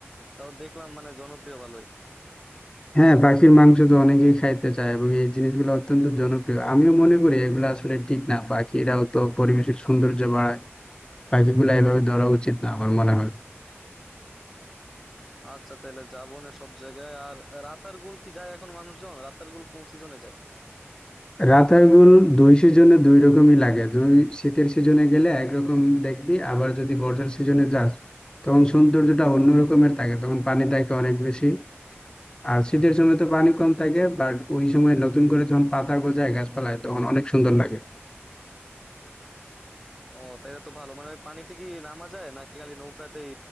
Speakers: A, in the centre; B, on the left (about 20°).
A: তাও দেখলাম মানে জনপ্রিয় ভালোই
B: হ্যাঁ পাখির মাংস তো অনেকেই খাইতে চায় এবং এই জিনিসগুলো অত্যন্ত জনপ্রিয় আমিও মনে করি এগুলো আসলে ঠিক না পাখিরাও তো পরিবেশের সৌন্দর্য বাড়ায় পাখিগুলো এভাবে ধরা উচিত না আমার মনে হয়
A: আচ্ছা তাহলে যাবো না সব জায়গায় আর রাতারগুল কি যায় এখন মানুষজন রাতারগুল কোন সিজনে যায়
B: রাতারগুল দুই সিজনে দুই রকমই লাগে তুমি শীতের সিজনে গেলে একরকম দেখবি আবার যদি বর্ষার সিজনে যাস তখন সৌন্দর্যটা অন্য রকমের থাকে তখন পানি থাকে অনেক বেশি আর শীতের সময় তো পানি কম থাকে বাট ওই সময় নতুন করে যখন পাতা গজায় গাছপালায় তখন অনেক সুন্দর লাগে
A: ও তাহলে তো ভালো মানে ওই পানিতে কি নামা যায় নাকি খালি নৌকাতেই